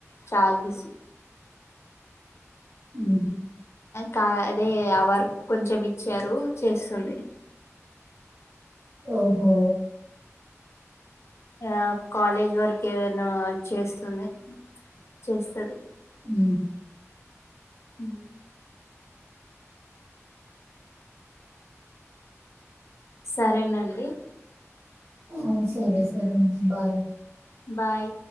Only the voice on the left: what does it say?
చాలదిసి
కా అదే ఆ వర్క్ కొంచెం ఇచ్చారు చేస్తుంది
ఆ కాలేజ్ వర్క్ ఏదైనా చేస్తుంది చేస్తది
హు సరేనండి
బాయ్